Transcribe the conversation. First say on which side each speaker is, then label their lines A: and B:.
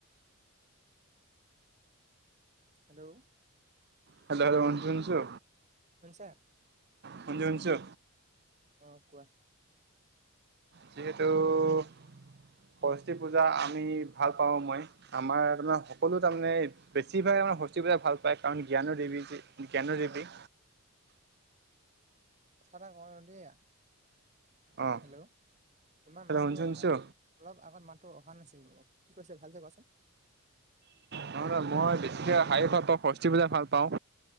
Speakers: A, on the right; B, on the right.
A: হেল্ল'
B: হেল্ল হ শুনছো শুনছো
A: শুনিছা
B: শুনছো শুনছো
A: অ, কোৱা?
B: যিহেতু। সৰস্বতী পূজা আমি ভাল পাওঁ মই। আমাৰ তাৰমানে সকলো তাৰমানে বেছিভাগ হস্তীবিলাক ভাল পায়, কাৰণ জ্ঞানৰ দেৱী যে, জ্ঞানৰ দেৱী।
A: কথা এটা কওঁ দিয়া?
B: অ'।
A: হেল্ল'। তোমাৰ
B: শুন
A: মাতটো
B: শুনছো
A: আ অলপ আগত মাতটো। ভাল নাছিলো, কি কৈছে ভাল চে কোৱাচোন?
B: নহয় নহয়। মই বেছিকে সেই ভাল পাওঁ সস্বতি পূজা ভাল পাওঁ।